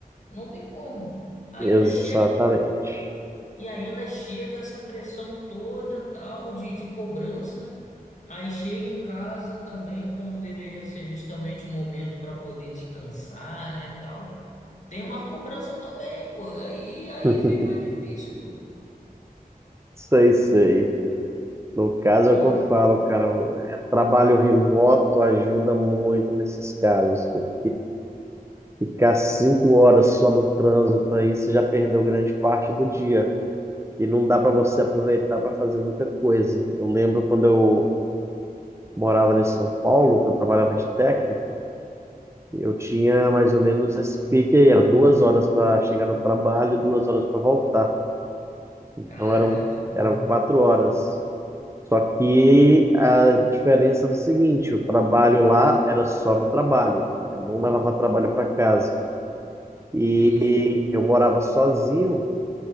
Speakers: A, on the left; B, on the right.
A: Não tem como. Ainda
B: exatamente.
A: chega e ainda chega essa pressão toda, tal, de, de cobrança. Aí chega em casa também, quando deveria ser justamente o momento para poder descansar, né, tal. Tem uma cobrança também, pô. Aí, aí
B: <laughs>
A: fica difícil, pô.
B: Sei, sei.
A: Pô,
B: No caso é
A: como
B: o que eu
A: eu...
B: falo, cara. É trabalho remoto ajuda muito nesses casos. pô. Ficar cinco horas só no trânsito aí, você já perdeu grande parte do dia. E não dá para você aproveitar para fazer muita coisa. Eu lembro quando eu morava em São Paulo, que eu trabalhava de técnico, eu tinha mais ou menos esse pique aí, era duas horas para chegar no trabalho e duas horas para voltar. Então
A: Cara,
B: eram,
A: absurdo.
B: eram quatro horas. Só que a diferença era o seguinte: o trabalho lá era só no trabalho. Eu não levava trabalho para casa. E,
A: Justo,
B: e eu morava sozinho,